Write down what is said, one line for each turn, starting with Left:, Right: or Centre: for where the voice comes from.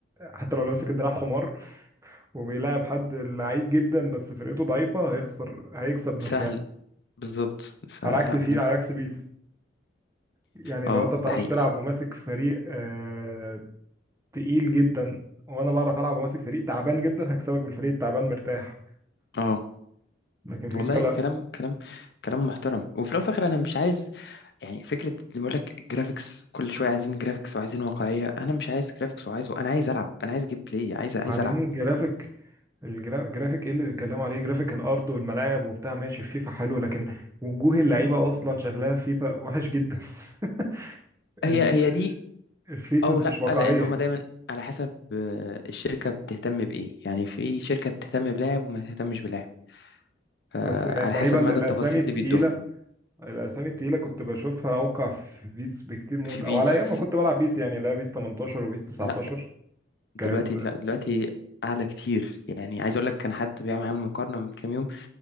Right: حتى لو اللي ماسك الدراع حمار وبيلاعب حد لعيب جدا بس فرقته ضعيفه هيخسر هيكسب مرتاح
Left: سهل بالظبط فلا
Right: على عكس في
Left: أنا بحب
Right: على عكس بيس يعني
Left: اه
Right: لو انت ما بتعرفش
Left: ده حقيقي
Right: تلعب وماسك فريق آه تقيل جدا وانا بعرف العب وماسك فريق تعبان جدا هكسبك بالفريق التعبان مرتاح
Left: اه
Right: لكن في
Left: والله
Right: فرق
Left: كلام كلام كلام محترم وفي الأول وفي الآخر أنا مش عايز يعني فكرة اللي بيقول لك جرافيكس كل شوية عايزين جرافيكس وعايزين واقعية أنا مش عايز جرافيكس وعايز أنا عايز ألعب أنا عايز جيم بلاي عايز عايز
Right: بعدين
Left: ألعب
Right: جرافيك الجرافيك ايه اللي بيتكلموا عليه جرافيك الارض والملاعب وبتاع ماشي في فيفا حلو لكن وجوه اللعيبه اصلا شكلها في فيفا وحش جدا <laughs> ال-
Left: هي هي دي
Right: الفيسز
Left: أو لأ
Right: مش واقعيه
Left: لأن هما دايما على حسب آه، الشركة بتهتم بإيه يعني في شركة بتهتم بلاعب وما تهتمش بلاعب آه،
Right: بس يعني
Left: على
Right: اللعيبه
Left: حسب
Right: ال-
Left: مدى
Right: الاسامي
Left: التفاصيل
Right: التقيله
Left: اللي بيدوها
Right: الاسامي التقيله كنت بشوفها اوقع في بيس بكتير موت
Left: في بيس
Right: او على ايام ما كنت بلعب بيس يعني لا بيس 18 وبيس 19
Left: لا دلوقتي
Right: كانت
Left: لا دلوقتي اعلى كتير يعني عايز اقول لك كان حد بيعمل عامل مقارنه من كام يوم